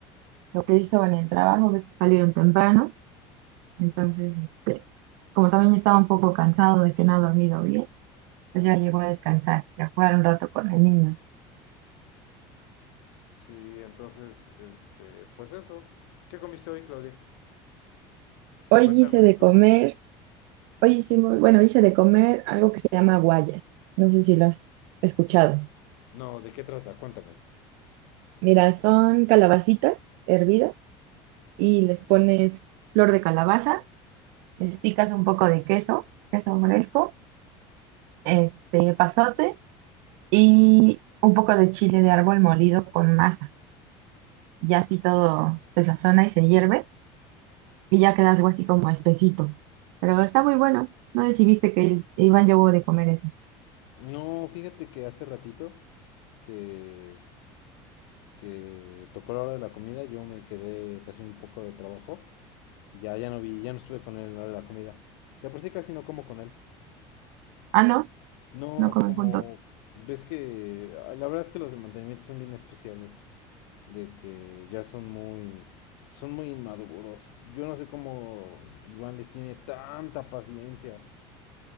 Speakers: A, on the right; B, on the left.
A: lo que hizo en el trabajo, ves que salieron temprano, entonces, este, como también estaba un poco cansado de que no ha dormido bien. pues ya llegó a descansar y a jugar un rato con el niño.
B: Sí, entonces, este, pues eso. ¿Qué comiste hoy, Claudia?
A: Hoy
B: Cuéntame
A: hice de
B: de tu
A: comer,
B: comida.
A: hoy hicimos, bueno, hice de comer algo que se llama guayas. No sé si lo has escuchado.
B: No, ¿de qué trata? Cuéntame.
A: Mira, son calabacitas hervidas y les pones flor de calabaza, Les picas un poco de queso, queso fresco, este pasote y un poco de chile de árbol molido con masa. Ya así todo se sazona y se hierve. y ya queda algo así como espesito. Pero está muy bueno. No sé si viste que el- Iván llevó de comer eso.
B: No, fíjate que hace ratito que que tocó la hora de la comida, yo me quedé haciendo un poco de trabajo y ya, ya no vi, ya no estuve con él a la hora de la comida. De por sí casi no como con él.
A: Ah, no,
B: No
A: no comen
B: como,
A: juntos.
B: ves que, ah, la verdad es que los de mantenimiento son bien especiales, de que ya son muy, son muy inmaduros. Yo no sé cómo Iván les tiene tanta paciencia.